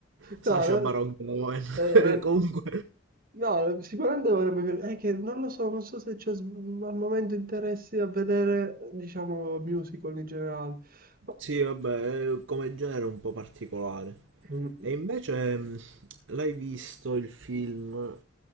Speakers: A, on the right; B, on the right.
A: Sacha
B: No,
A: Baron
B: no,
A: Cohen.
B: era-
A: <laughs> Comunque
B: no, sicuramente avrebbe... piaciuto. È che non lo so, non so se c'è s- al momento interessi a vedere, diciamo, musical in generale. Ma-
A: Sì, vabbè, è come genere è un po' particolare.
B: Mm.
A: E invece mh, l'hai visto il film